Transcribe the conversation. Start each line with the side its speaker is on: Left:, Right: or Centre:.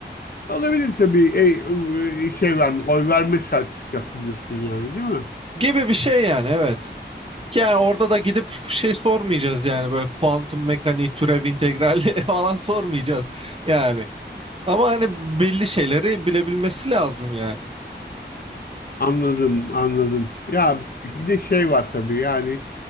Left: Olabilirse bir ey- e, şey verme, oy verme sertifikası diyorsun yani değil mi?
Right: Gibi bir şey yani evet. Yani orada da gidip şey sormayacağız yani böyle kuantum mekaniği, türev integrali <laughs> falan sormayacağız yani. Ama hani belli şeyleri bilebilmesi lazım yani.
Left: Anladım, anladım. Ya bir de şey var tabii yani